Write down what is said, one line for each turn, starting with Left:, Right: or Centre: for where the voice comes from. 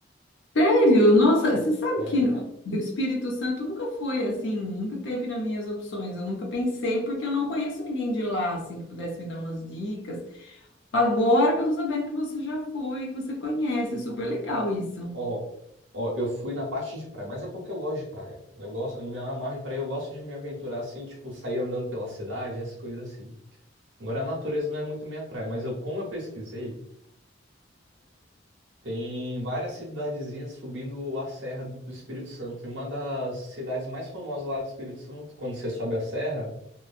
Left: Sério? Nossa, você sabe
Right: Sério?
Left: que o Espírito Santo nunca foi assim, nunca teve nas minhas opções. Eu nunca pensei, porque eu não conheço ninguém de lá, assim, que pudesse me dar umas dicas. Agora que eu tô sabendo que você já foi, que você conhece, super legal isso.
Right: Ó, ó, eu fui na parte de praia, mas é porque eu gosto de praia. Eu gosto, eu me amarro em praia, eu gosto de me aventurar assim, tipo, sair andando pela cidade, essas coisas assim. Agora, a natureza não é muito minha praia, mas eu, como eu pesquisei, Tem várias cidadezinhas subindo a Serra do do Espírito Santo. E uma das cidades mais famosas lá do Espírito Santo, quando você sobe a serra,